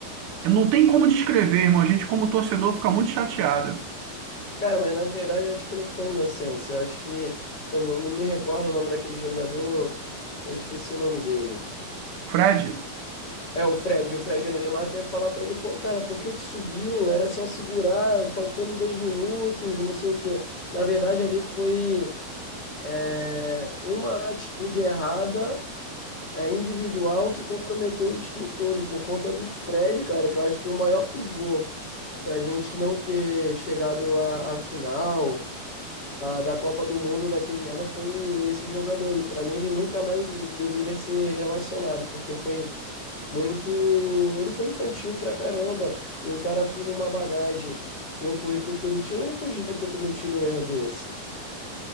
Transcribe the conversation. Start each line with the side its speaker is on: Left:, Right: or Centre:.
Right: não tem como descrever, irmão. A gente, como torcedor, fica muito chateado.
Left: Cara, mas na verdade, eu acho que não foi inocência. Eu acho que eu não não me recordo o nome daquele jogador, eu esqueci o nome dele.
Right: Fred,
Left: É, o Fred, o Fred Neymar ia falar pra ele, pô, cara, por que que subiu? Era só segurar, faltando dois minutos, não sei o quê. Na verdade, ali foi é, uma atitude errada, é, individual, que comprometeu o time todo, por conta do Fred, cara, que eu acho que é o maior pivô pra gente não ter chegado à, à final da, da Copa do Mundo naquele ano foi esse jogador aí. Pra mim, ele nunca mais deveria ser relacionado, porque foi muito. Ele foi infantil pra caramba. E um cara com uma bagagem e um currículo que ele tinha, ele não podia ter cometido um erro desse.